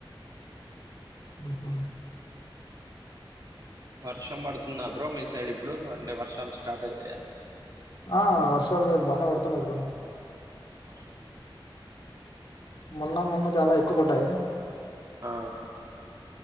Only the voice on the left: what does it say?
బక
ఆ వర్షాలు బానే పడుతున్నాయి బ్రో
మొన్న మొన్న చాలా ఎక్కువ పడ్డాయి